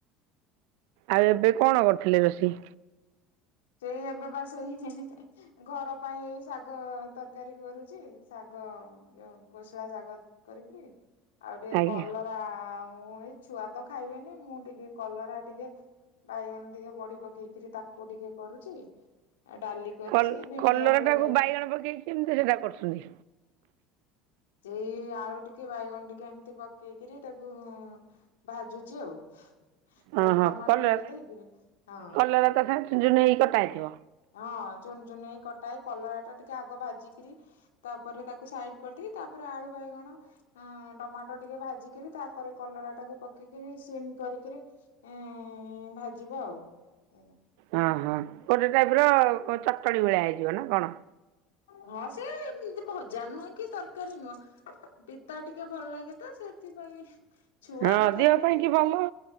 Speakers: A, on the right; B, on the left.
A: ଆଉ ଏବେ କଣ କରୁଥିଲେ ରୋଷେଇ?
B: ସେଇ ଏବେ ବା ସେଇ। ଘର ପାଇଁ ଏଇ ଶାଗ ତରକାରୀ କରୁଛି ଶାଗ ଯୋଉ କୋଶଳା ଶାଗ କରିକିରି ଆଉ ଟିକେ
A: ଆଜ୍ଞା
B: କଲର ବା ଏଇ ଛୁଆ ତ ଖାଇବେନି ମୁଁ ଟିକେ କଲରା ଟିକେ ବାଇଗଣ ଟିକେ ବଢି ପକେଇକିରି ତାକୁ ଟିକେ କରୁଛି ଆଉ ଡାଲି କରିଛି
A: କଲ
B: ଭେଣ୍ଡି
A: କଲରା
B: ଆଳୁ
A: ଟାକୁ
B: ଭଜା
A: ବାଇଗଣ ପକେଇଛି କେମିତି ସେଇଟା କରୁଛନ୍ତି?
B: ସେଇ ଆଳୁ ଟିକେ ବାଇଗଣ ଟିକେ ଏମିତି ପକେଇକିରି ତାକୁ ଭାଜୁଛି ଆଉ।
A: ହଁ
B: ଖାଲି
A: ହଁ
B: ଟମାଟୋ
A: କଲରା
B: ଟିକେ ଦେଇକିରି ହଁ।
A: କଲରା ତା ସାଙ୍ଗେ ଚୁନ ଚୁନ ହେଇକି କଟା ହେଇଥିବ।
B: ହଁ ଚୁନ ଚୁନ ହେଇ କଟା ହେଇ କଲରା ଟା ଟିକେ ଆଗ ଭାଜିିକରି ତାପରେ ତାକୁ ସାଇଡ କରିଦେଇକି ତାପରେ ଆଳୁ ବାଇଗଣ ଅ ଟମାଟୋ ଟିକେ ଭାଜିିକରି ତାପରେ କଲରା ଟାକୁ ପକେଇକିରି ସିମ କରିକିରି ଉଁ ଭାଜିବ ଆଉ ହୁଁ।
A: ଓଁ ହଁ ଗୋଟେ ଟାଇପ୍ ର ଚଟଣୀ ଭଳିଆ ହେଇଯିବ ନା କଣ?
B: ହଁ ସେ ଏମତି ଭଜା ନୁହେଁ କି ତରକାରୀ ନୁହେଁ। ପିତା ଟିକେ ଭଲ ଲାଗେ ତ ସେଥିପାଇଁ। ଛୁଆ
A: ହଁ
B: ତ ଖାଇବେନି
A: ଦେହ ପାଇଁ କି
B: ଟିକେ
A: ଭଲ।